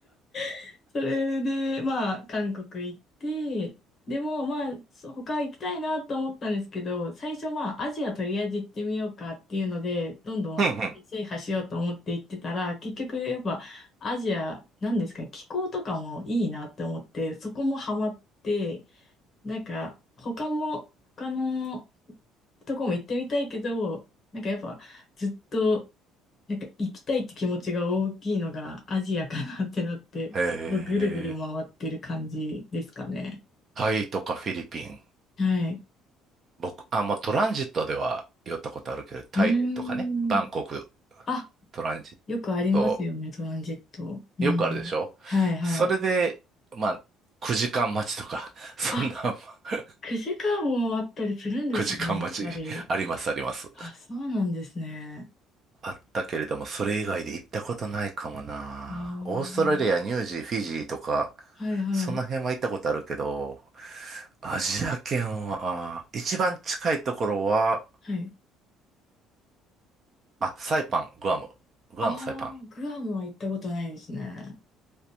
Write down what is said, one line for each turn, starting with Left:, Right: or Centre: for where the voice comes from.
Left: <laughs> それで、まあ、韓国行って、でも、まあ、そう他行きたいなと思ったんですけど、最初、まあ、アジアとりあえず行ってみようかっていうので、どんどん制覇しようと思って行ってたら、
Right: <laughs> うんうん。
Left: 結局、やっぱ、アジア、なんですか、気候とかもいいなって思って、そこもハマって、なんか、他も、他のとこも行ってみたいけど、なんかやっぱずっと、なんか行きたいって気持ちが大きいのがアジアかなってなって、
Right: へえ。
Left: そこぐるぐる回ってる感じですかね。
Right: タイとかフィリピン。
Left: はい。
Right: 僕、あ、まあ、トランジットでは寄ったことあるけど、タイとかね、
Left: うーん。
Right: バンコク、
Left: あ、
Right: トランジッ
Left: よくありますよね、
Right: ト、
Left: トランジット。うん。
Right: よくあるでしょ
Left: はい、はい。
Right: それで、まあ、9時間待ちとか、<laughs> そんな
Left: あ、
Right: <laughs>
Left: 9時間もあったりするんですね、
Right: 9時間待ちあります、
Left: やっぱり。
Right: あります。
Left: あ、そうなんですね。
Right: あったけれども、それ以外で行ったことないかもな。
Left: ああ。
Right: オーストラリア、ニュージー、フィジーとか、
Left: はい、はい。
Right: その辺は行ったことあるけど、アジア圏は、あー一番近いところは、
Left: はい。
Right: あ、サイパン、グアム。グアム、
Left: ああ、
Right: サイパン。
Left: グアムは行ったことないですね。